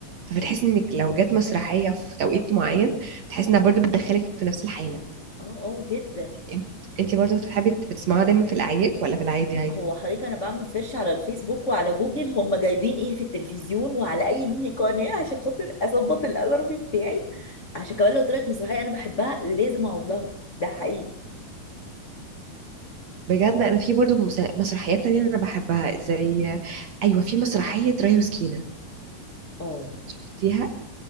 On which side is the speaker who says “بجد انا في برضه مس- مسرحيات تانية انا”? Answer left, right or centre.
Right